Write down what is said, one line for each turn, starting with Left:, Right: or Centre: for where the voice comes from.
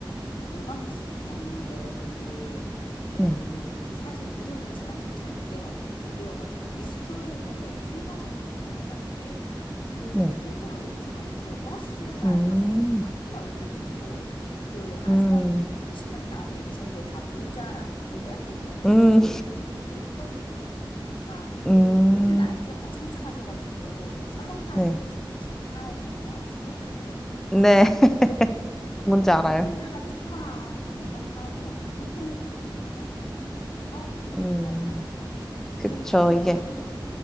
Left: 관광지 갔는데, 거기에 어,
Centre: 네,
Left: 그, 사실 이름을 제가 뭐 잘못 외워, 못 외워가지고, 미스트롯에 참가하셨던 분 같은데, 그분
Centre: 네.
Left: 팬클럽에 오셔가지고, 버스가,
Centre: 음,
Left: 버스에 그분 큰 얼굴이 돼 있고, 그 아주머니들이
Centre: 음,
Left: 수십 명이 나, 내리셨는데, 다 모자랑 노란색이었는데,
Centre: 음,
Left: 그분 생증, 뭐 어떤 분인지 모르겠어. 막 그
Centre: 음,
Left: 모든 아이템을 다 창작하셔가지고 이렇게 설렁탕
Centre: 네.
Left: 한 그릇씩 드시고 4, 50명이 나오시더라고요. 그래서
Centre: 네,
Left: 와,
Centre: <laughs> 뭔지 알아요.
Left: 이분들만 특화한 관광 사업이나 뭐 상품 해도 되겠다. 뭐 이런 생각이 들더라고요. 사업 해도 되겠다.
Centre: 음,
Left: 와, 이
Centre: 그쵸.
Left: 정도구나.
Centre: 이게